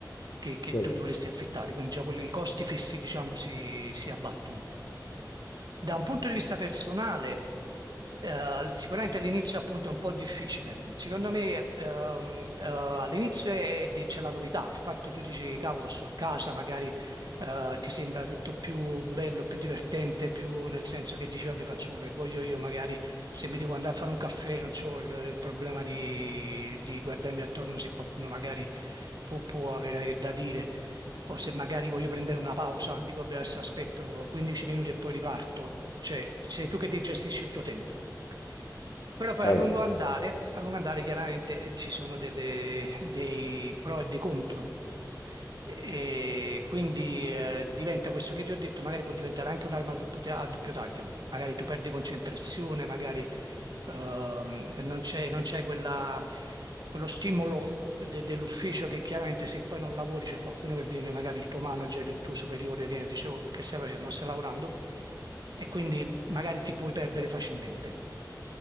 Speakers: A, on the right (about 70°); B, on the left (about 80°).
A: che, che
B: certo.
A: tu dovresti affittare, quindi già quelli, i costi fissi, diciamo, si, si abbattono. Da un punto di vista personale, eh, sicuramente all'inizio appunto è un po' difficile. Secondo me ehm, eh, all'inizio è- c'è la novità, il fatto che tu dici cavolo sto a casa, magari eh, ti sembra tutto più bello, più divertente, più nel senso che dici, vabbè, faccio quello che voglio io, magari se mi devo andare a fare un caffè non ho il, il problema di, di guardarmi attorno se qualcuno magari può, può avere da dire. O se magari voglio prendere una pausa, dico, vabbè, adesso aspetto 15 minuti e poi riparto. Cioè, sei tu che ti gestisci il tuo tempo. Però poi
B: Eh
A: a lungo
B: sì.
A: andare, a lungo andare chiaramente eh, ci sono delle- dei pro e dei contro. E quindi eh, diventa questo che ti ho detto, magari può diventare anche un'arma a doppio, ta- a doppio taglio, magari tu perdi concentrazione, magari ehm, non c'è non c'è quella- quello stimolo de- dell'ufficio che chiaramente se poi non lavori c'è qualcuno che viene, magari il tuo manager, il tuo superiore viene e dice "Oh, che stai facendo, non stai lavorando e quindi magari ti puoi perdere facilmente.